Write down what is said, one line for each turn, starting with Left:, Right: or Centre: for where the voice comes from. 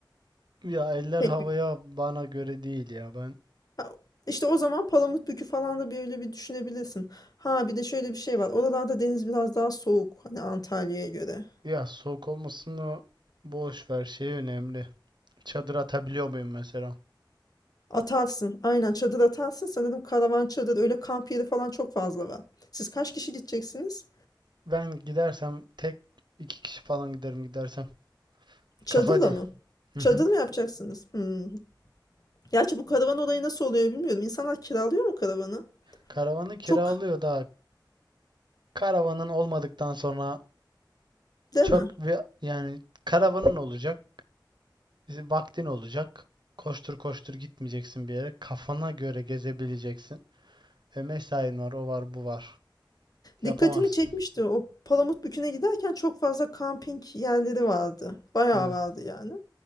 Right: Ya eller
Left: Pek
Right: havaya
Left: bir
Right: bana göre değil ya. Ben
Left: Ha, işte o zaman Palamutbükü falan da böyle bir düşünebilirsin. Ha bir de şöyle bir şey var. Oralarda deniz biraz daha soğuk hani Antalya'ya göre.
Right: ya soğuk olmasını boş ver. Şey önemli. Çadır atabiliyor muyum mesela?
Left: Atarsın. Aynen çadır atarsın. Sanırım karavan çadır öyle kamp yeri falan çok fazla var. Siz kaç kişi gideceksiniz?
Right: Ben gidersem tek iki kişi falan giderim gidersem.
Left: Çadırla
Right: Kafa din.
Left: mı?
Right: Hı
Left: Çadır
Right: hı.
Left: mı yapacaksınız? Hmm. Gerçi bu karavan olayı nasıl oluyor bilmiyorum. İnsanlar kiralıyor mu karavanı?
Right: Karavanı kiralıyor
Left: Çok
Right: da karavanın olmadıktan sonra
Left: değil
Right: çok
Left: mi?
Right: bir yani karavanın olacak. Bizi vaktin olacak. Koştur koştur gitmeyeceksin bir yere. Kafana göre gezebileceksin. E mesain var, o var, bu var. Yapamazsın.
Left: Dikkatimi çekmişti. O Palamutbükü'ne giderken çok fazla kamping yerleri vardı. Bayağı
Right: Hı.
Left: vardı yani.